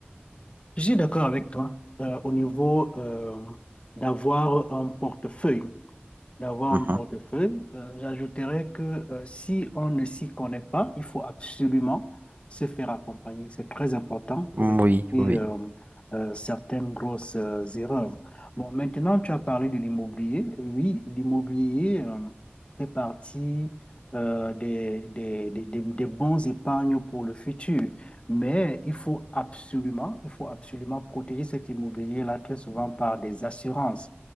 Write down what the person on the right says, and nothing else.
Mhm.
Oui,
oui.